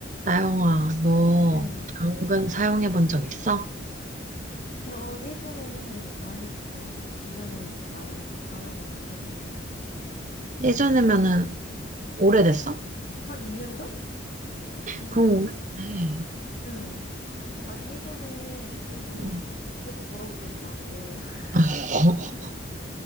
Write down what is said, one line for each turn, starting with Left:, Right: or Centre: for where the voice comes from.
Right: 나영아, 너
Left: 네.
Right: 당근 사용해 본 적 있어?
Left: 저 예전에 많이 했죠. 지금은 안, 하, 안 하고 있긴 한데.
Right: 예전이면은 오래됐어?
Left: 한 2년 전? 이,
Right: 그럼 오래됐네.
Left: 응. 아니, 예전에 그래도
Right: 응.
Left: 돈 좀 벌어보겠다고. <laughs>
Right: <laughs>